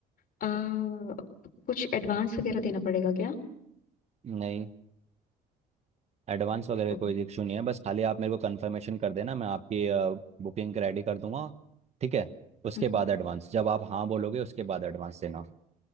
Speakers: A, on the left; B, on the right.
A: आ, कुछ एडवांस वगैरह देना पड़ेगा क्या
B: नहीं एडवांस वगैरह
A: ओ,
B: कोई इशू नहीं है बस खाली आप मेरे को कंफर्मेशन कर देना मैं आपकी बुकिंग रेडी कर दूंगा ठीक है उसके
A: हम्म,
B: बाद एडवांस जब आप हाँ बोलोगे उसके बाद एडवांस देना